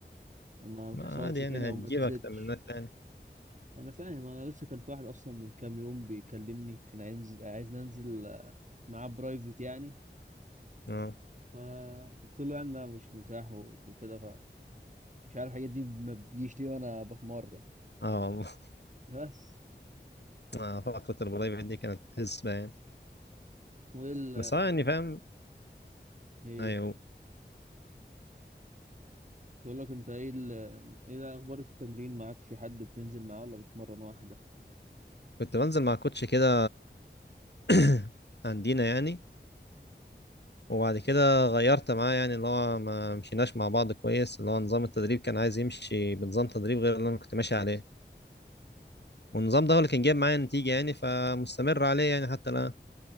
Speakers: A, on the right; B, on the left.
A: ما ما
B: ما
A: تحصلش
B: عادي يعني
A: تاني أو
B: هتجيبك
A: ما تزيدش
B: تمرينات تاني
A: أنا فاهم أنا لسه كان في واحد أصلا من كام يوم بيكلمني كان عايز عايز ننزل آه، معاه برايفت يعني
B: اه
A: فقلت له يعني لا مش متاح و- وكده فمش عارف الحاجات دي ما بتجيش ليه وانا بتمرن
B: اه <laughs>
A: بس
B: آه، فقرة البلاي بيت دي كانت حسبة يعني
A: وايه ال
B: بس اه يعني فاهم
A: ايه
B: ايوه
A: بقول لك انت ايه ال ايه ده اخبار التمرين معاك في حد بتنزل معاه ولا بتمرن واحده
B: كنت بنزل مع كوتش كده <clears throat> عندنا يعني وبعد كده غيرت معاه يعني اللي هو ما مشيناش مع بعض كويس اللي هو نظام التدريب كان عايز يمشي بنظام تدريب غير اللي انا كنت ماشي عليه والنظام ده هو اللي كان جايب معايا نتيجة يعني فمستمر عليه يعني حتى الآن